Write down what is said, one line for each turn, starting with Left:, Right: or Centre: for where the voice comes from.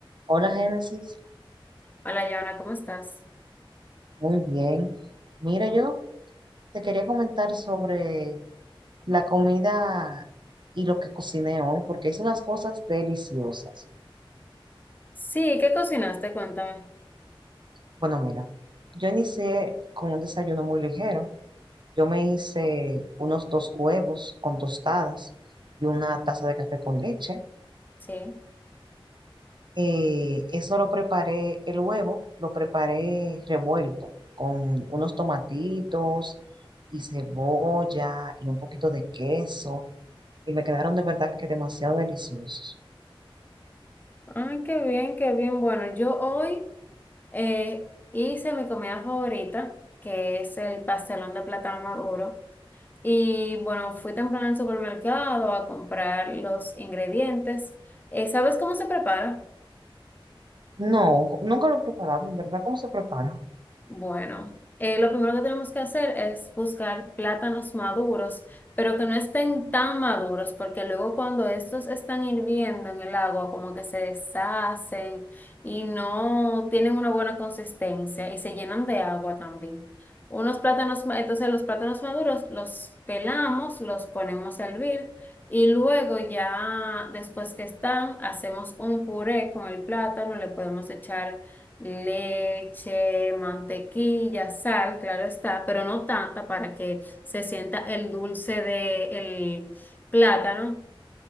Right: Hola Génesis,
Left: Hola, Joana, ¿cómo estás?
Right: muy bien. Mira, yo te quería comentar sobre la comida y lo que cociné hoy, porque hice unas cosas deliciosas.
Left: Sí, ¿qué cocinaste? Cuéntame.
Right: Bueno, mira, yo inicié con un desayuno muy ligero. Yo me hice unos dos huevos con tostadas y una taza de café con leche.
Left: Sí.
Right: Eh, eso lo preparé, el huevo lo preparé revuelto con unos tomatitos y cebolla y un poquito de queso. Y me quedaron de verdad que demasiado deliciosos.
Left: Ay, qué bien, qué bien. Bueno, yo hoy eh, hice mi comida favorita, que es el pastelón de plátano maduro. Y bueno, fui temprano al supermercado a comprar los ingredientes. Eh, ¿sabes cómo se prepara?
Right: No, co- nunca lo he preparado, en verdad, ¿cómo se prepara?
Left: Bueno, eh, lo primero que tenemos que hacer es buscar plátanos maduros, pero que no estén tan maduros, porque luego cuando estos están hirviendo en el agua, como que se deshacen y no tienen una buena consistencia y se llenan de agua también. Unos plátanos, ma- entonces los plátanos maduros los pelamos, los ponemos a hervir y luego ya después que están, hacemos un puré con el plátano, le podemos echar leche, mantequilla, sal, claro está, pero no tanta para que se sienta el dulce del plátano.